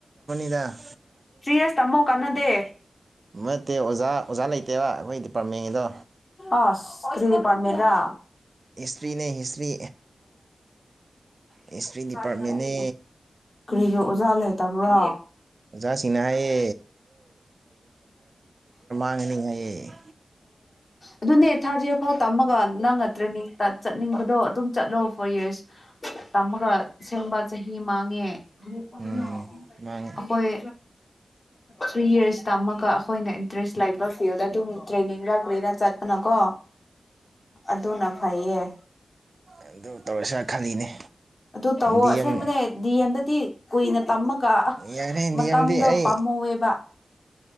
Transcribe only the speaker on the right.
ꯌꯥ
ꯅꯠꯇꯦ ꯑꯣꯖꯥ ꯑꯣꯖꯥ ꯂꯩꯇꯦꯕ ꯑꯩꯈꯣꯏ ꯗꯤꯄꯥꯔꯠꯃꯦꯟꯒꯤꯗꯣ
ꯍꯤꯁꯇ꯭ꯔꯤꯅꯦ ꯍꯤꯁꯇ꯭ꯔꯤ ꯍꯤꯁꯇ꯭ꯔꯤ ꯗꯤꯄꯥꯔꯠꯃꯦꯟꯅꯦ
ꯑꯣꯖꯥꯁꯤꯡꯅ ꯍꯥꯏꯌꯦ ꯑꯪꯅꯤ ꯍꯥꯏꯌꯦ
ꯎꯝ ꯃꯥꯡꯉꯦ
ꯑꯗꯨ ꯇꯧꯔꯁꯤꯔ ꯈꯜꯂꯤꯅꯦ
ꯗꯤ
ꯑꯦꯝ
ꯌꯥꯔꯦ
ꯗꯤ ꯑꯦꯝꯗꯤ ꯑꯩ